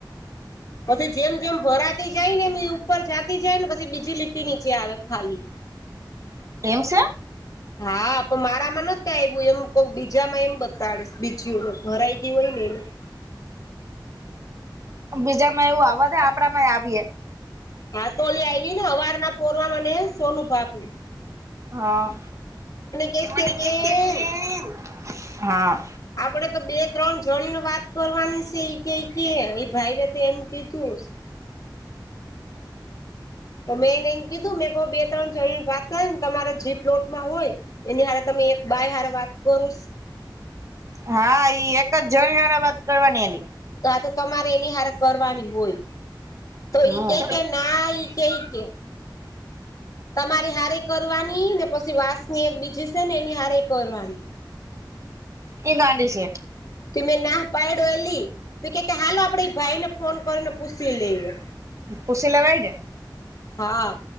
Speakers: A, on the left; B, on the right.
A: પછી જેમ જેમ ભરાતી જાય ને, એમ ઉપર જતી જાય ને પછી બીજી લીટી નીચે આવે ખાલી. <inaudible>
B: કેમ છો
A: <inaudible> હા પણ મારામાં નતું આવ્યું એમ કક બીજામાં એમ બતાડીસ બીજી ભરાઈ ગયું હોય ને એનું
B: બીજા માં એવું આવા દે આપડા માં આવીએે
A: હા તોલી આયવી ને હવાર ના પોરવા મને સોનુ ફાપ્યું
B: હા
A: કેસ કે
B: મને
A: બેન
B: <unintelligible> હા
A: આપડે તો બે ત્રણ જણી વાત કરવાની છે ઈ કેય કે એ ભાઈ તો એમ કીધું તો મેં એને એમ કીધું મેં ક બે ત્રણ જણી વાત કરે ને તમારા જે પ્લોટમાં હોય એની હારે તમે એક બાય હાર વાત કરો
B: હા ઈ એક જ જણ હારા વાત કરવાની એલી
A: તો આ તો તમારે એની હારત કરવાની હોય તો
B: હમ
A: ઈ કેય કે ના ઈ કેય કે તમારે હારે કરવાની ને પછી વાસની એક બીજી છે ને એની હારે કરવાની
B: એ ગાંડી છે
A: કે મેં ના પાડેલી તો કેય કે હાલો આપડી ભાઈ ને ફોન કરીને પૂશી લઈએ
B: પૂશી લેવાય ને
A: હા